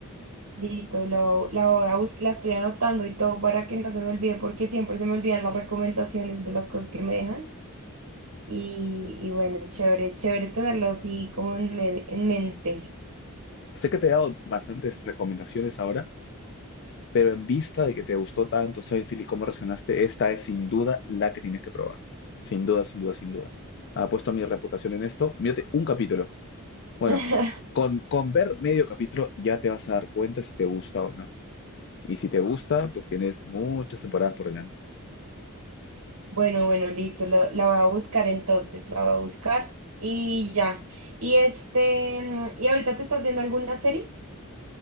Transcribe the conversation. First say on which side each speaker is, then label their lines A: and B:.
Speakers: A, on the right; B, on the left.
A: Listo, lo, la voy a bus- la estoy anotando y todo para que no se me olvide, porque siempre se me olvidan las recomendaciones de las cosas que me dejan. Y, y bueno, chévere, chévere tenerlo así como en, me- en mente.
B: Sé que te he dado bastantes recomendaciones ahora, vista de que te gustó tanto Seinfeld y cómo reaccionaste, esta es sin duda la que tienes que probar. Sin duda, sin duda, sin duda. Apuesto a mi reputación en esto. Mírate un capítulo. Bueno,
A: <laughs>
B: con, con ver medio capítulo ya te vas a dar cuenta si te gusta o no. Y si te gusta, pues tienes muchas temporadas por delante.
A: Bueno, bueno, listo, lo- la voy a buscar entonces, la voy a buscar y ya. Y este, mm, ¿y ahorita te estás viendo alguna serie?